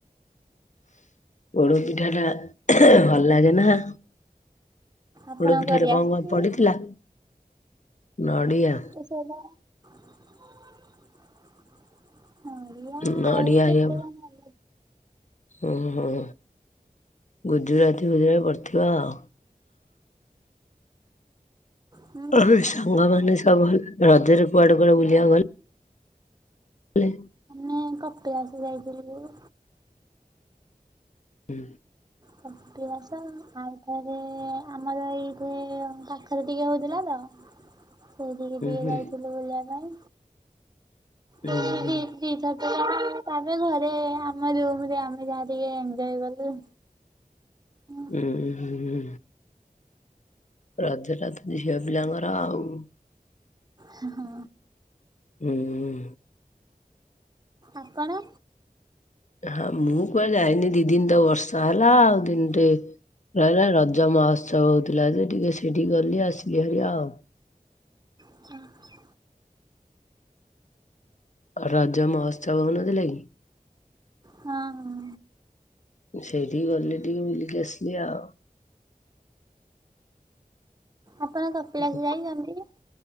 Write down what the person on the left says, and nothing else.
ପୋଡ ପିଠାଟା ଭଲ ଲାଗେ ନା।
ପୋଡ ପିଠାରେ
କଣ
କଣ ପଡିଥିଲା ନଡିଆ
ଉଁ ନଡ଼ିଆ
ହେରିକା
ଉଁ
ଉଁ ହୁଁ ଗୁଜୁରାତି ଫୁଜୁରା ପଡିଥିବ ଆଉ।
ହଁ ସାଙ୍ଗମାନେ ସବୁ ରଜରେ କୁଆଡେ କୁଆଡେ ବୁଲିଆକୁ ଗଲ୍ ଲେ।
ହୁଁ।
ହୁଁ
ହୁଁ ହୁଁ ହୁଁ
ଉୁଁ ହୁଁ ହୁଁ। ରଜ ଟା ତ ଝିଅ ପିଲାଙ୍କର ଆଉ।
ଉଁ ଉଁ ଉଁ।
ହଁ ମୁଁ କୁଆଡେ ଯାଇନି ଦି ଦିନ୍ ତ ବର୍ଷା ହେଲା ଆଉ ଦିନଟେ ଲା ଲା ରଜ ମହୋତ୍ସବ ହଉଥିଲା ଯେ ଟିକେ ସେଇଠିକି ଗଲି ଆସିଲି ଭାରି ଆଉ।
ରାଜ ମହୋତ୍ସବ ହଉନଥିଲା କି?
ସେଇଟିକି ଗଲି ଟିକେ ବୁଲିକି ଆସିଲି ଆଉ।
ଆଉ
କ-